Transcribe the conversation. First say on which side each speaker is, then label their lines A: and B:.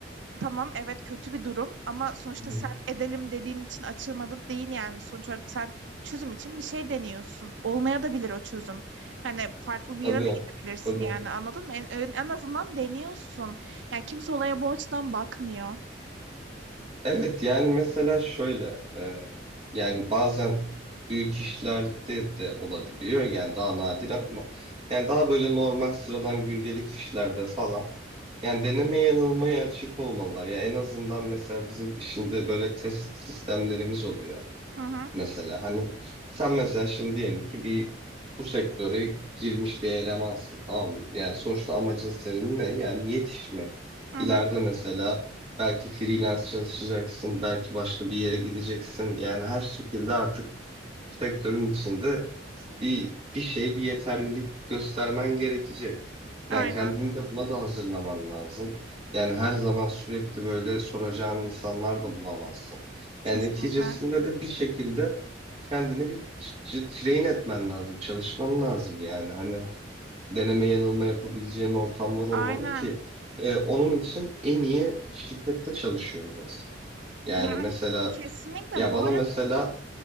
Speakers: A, on the right (about 75°); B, on the right (about 35°).
A: Tamam evet kötü bir durum ama sonuçta
B: Hı hı.
A: sen edelim dediğin için açılmadı değil yani. Sonuç olarak sen çözüm için bir şey deniyorsun. Olmaya da bilir o çözüm. Hani farklı bir
B: Tabii.
A: yere de gidebilirsin
B: Tabii.
A: yani anladın mı? En, en en azından deniyorsun. Yani kimse olaya bu açıdan bakmıyor.
B: Evet yani mesela şöyle e, yani bazen büyük işlerde de olabiliyor yani daha nadir ama yani daha böyle normal sıradan gündelik işlerde falan yani deneme yanılmaya açık olmalılar. ya en azından mesela bizim işinde böyle test sistemlerimiz oluyor.
A: Hı hı,
B: Mesela hani sen mesela şimdi diyelim ki bir bu sektöre girmiş bir elemansın tamam mı? Yani sonuçta amacın senin ne? Yani yetişmek.
A: hı
B: İleride
A: hı.
B: mesela belki freelance çalışacaksın, belki başka bir yere gideceksin. Yani her şekilde artık sektörün içinde bir bir şey bir yeterlilik göstermen gerekecek. Yani
A: Aynen.
B: kendini de buna da hazırlaman lazım. Yani her zaman sürekli böyle soracağın insanlar da bulamazsın.
A: Kesinlikle.
B: Yani neticesinde de bir şekilde kendini bir t- t- train etmen lazım, çalışman lazım yani. Hani deneme yanılma yapabileceğin ortamlar olmalı
A: Aynen.
B: ki e, onun için en iyi şirkette çalışıyoruz aslında. Yani
A: Ya
B: mesela
A: kesinlikle
B: ya
A: bu
B: bana
A: arada
B: mesela